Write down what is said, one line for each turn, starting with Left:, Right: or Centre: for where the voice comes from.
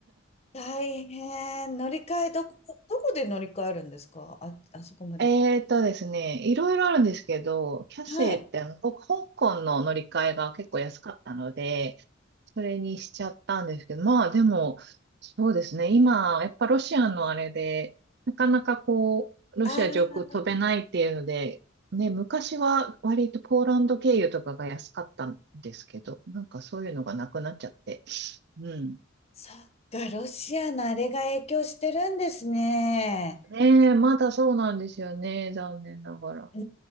Left: 大変。乗り換え、どこ、どこで乗り換えるんですかあ、あそこまで行く。
Right: えーとですね、いろいろあるんですけど、キャセイってあの、
Left: はい。
Right: ほ香港の乗り換えが結構安かったので、それにしちゃったんですけど、まあでも、そうですね、今、やっぱロシアのあれで、なかなかこう、ロシア上空飛べないっていうので、
Left: ああー、
Right: ね、昔は割とポーランド経由とかが安かったんですけど、なんかそういうのがなくなっちゃって。うん。
Left: そっか、ロシアのあれが影響してるんですね。
Right: ねえ、まだそうなんですよね、残念ながら。
Left: う